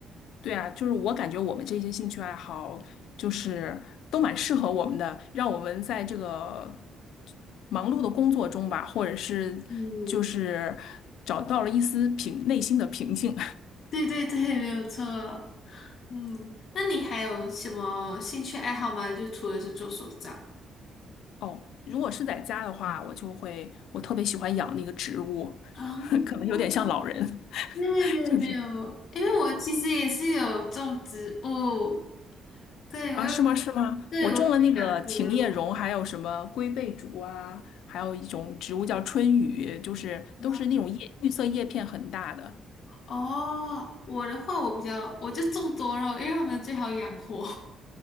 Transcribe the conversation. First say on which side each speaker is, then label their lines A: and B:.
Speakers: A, on the left (about 80°); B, on the left (about 50°).
A: 对啊，就是我感觉我们这些兴趣爱好就是都蛮适合我们的，让我们在这个忙碌的工作中吧，或者是就是找到了一丝平内心的平静。
B: 嗯，对对对，没有错。嗯，那你还有什么兴趣爱好吗？就除了是做手账。
A: <laughs> 哦，如果是在家的话，我就会我特别喜欢养那个植物，
B: 哦
A: <laughs> 可能有点像老人。<laughs>
B: 没有没有没有，
A: 就是。
B: 因为我其实也是有种植物，对我有，
A: 啊，是吗？是吗？
B: 对我有养多肉。
A: 我种了那个琴叶榕，还有什么龟背竹啊，还有一种植物叫春雨，就是都是那种叶绿色叶片很大的，
B: 啊哦，我的话我比较，我就种多肉，因为他们最好养活。